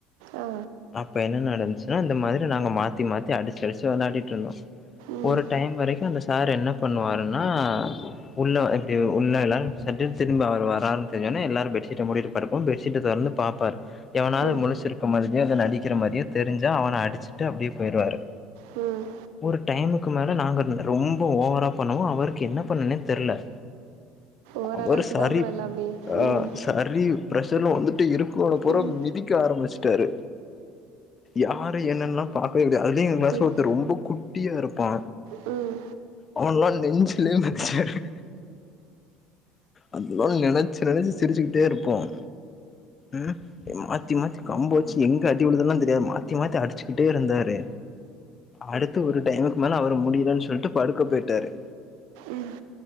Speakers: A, on the right; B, on the left.
A: ஆ
B: அப்ப என்ன நடந்துச்சுன்னா இந்த மாரி நாங்க மாத்தி மாத்தி அடிச்சு அடிச்சு விளையாடிட்டு இருந்தோம்
A: ம்
B: ஒரு டைம் வரைக்கும் அந்த சார் என்ன பண்ணுவாருன்னா உள்ள இப்டி உள்ளலா சட்டுனு திரும்பி அவர் வரார் திடீர்னு எல்லாரும் பெட்ஷீட்ட முடிட்டு படுப்பேம் பெட்ஷீட்டை தொறந்து பாப்பாரு எவனாவது
A: ம்
B: முழிச்சிருக்க மாதிரியும் இல்ல நடிக்கிற மாதிரியோ தெரிஞ்சா அவனை அடிச்சுட்டு அப்டியே போயிடுவாரு
A: ம்
B: ஒரு டைமுக்கு மேல நாங்க ரொம்ப ஓவரா பண்ணவு அவருக்கு என்ன பண்ணுனே தெர்ல
A: ஓரளவுக்கு
B: அவரு சரி
A: தான் ப்ரோ எல்லாமே
B: ஆ
A: ம்
B: சரி பிரஷர்னு வந்துட்டு இருக்குறவனபூறா
A: ம் ம்
B: மிதிக்க ஆரம்பிச்சுட்டாரு யாரு என்னல்லாம் பாக்கவே கடையாது அதுலையும் எங்க
A: ம்
B: கிளாஸ்
A: ம்
B: ரொம்ப குட்டியா இருப்பா
A: ம்
B: அவன்ல்லாம் நெஞ்சுலே மிதிச்சாரு அதல்லாம் நினைச் ச்சு நெனைச்சு சிரிச்சுக்கிட்டே இருப்போம் ம் மாத்தி மாத்தி கம்ப வச்சு எங்க அடிவுழுதல்லாம் தெரியாது மாத்தி மாத்தி அடிச்சுக்கிட்டே இருந்தாரு அடுத்து ஒரு டைமுக்கு மேல அவர் முடியலன்னு சொல்லிட்டு படுக்க போயிட்டாரு
A: ம்